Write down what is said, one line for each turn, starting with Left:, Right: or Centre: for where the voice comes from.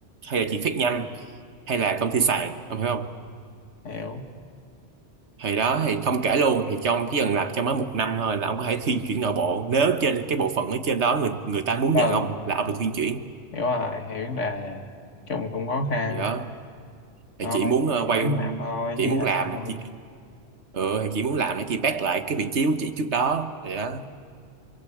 Right: hay là chỉ phát nhanh hay là công ty sàn ông hiểu không
Left: hiểu
Right: thì đó thì không kể luôn thì trong chỉ cần làm trong mới một năm thôi là ông có thể thiên chuyển nội bộ nếu trên cái bộ phận ở trên đó người người ta muốn
Left: vâng
Right: nhận ông là ông được thiên chuyển
Left: hiểu rồi hiểu vấn đề chung cũng khó khăn
Right: thì đó thì
Left: thôi
Right: chị muốn ờ, quay
Left: gán làm thôi
Right: chị
Left: chứ
Right: muốn
Left: giờ
Right: làm
Left: sao
Right: chị ừ thì chị muốn làm để chị back lại cái vị trí của chị trước đó thì đó